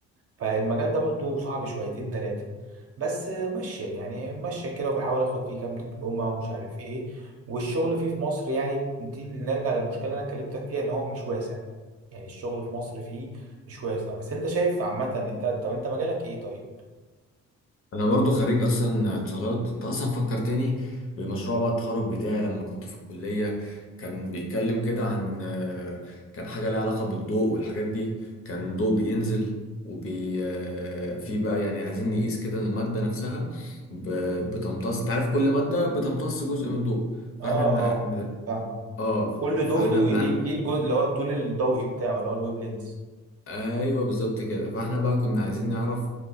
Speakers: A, on the right; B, on the left.
A: فالمجال ده برضو صعب شويتين تلاتة بس ماشية يعني ماشية كده وبحاول اخد فيه كام دبلومة ومش عارف ايه والشغل فيه في مصر يعني دي اللي نرجع للمشكلة اللي انا كلمتك فيها ان هو مش واسع يعني الشغل في مصر فيه مش واسع بس انت شايف عامة انت طب انت مجالك ايه طيب؟
B: انا برضو خريج اصلا اتصالات انت اصلا فكرتني بمشروع بقى التخرج بتاعي لما كنت في الكلية كان بيتكلم كده عن آه، كان حاجة ليها علاقة بالضوء والحاجات دي كان ضوء بينزل وبي آه، في بقى يعني عايزين نقيس كده المادة نفسها ب- بتمتص انت عارف كل مادة بتمتص جزء من الضوء فاحنا
A: اه
B: بنع... بن-
A: اه فاهمة
B: اه
A: كل ضوء
B: فاحنا
A: ليه
B: بنع...
A: ليه ليه الجزء اللي هو الطول الضوئي بتاعه اللي هو الويف لينز
B: ايوه بالظبط كده فاحنا بقى كنا عايزين نعرف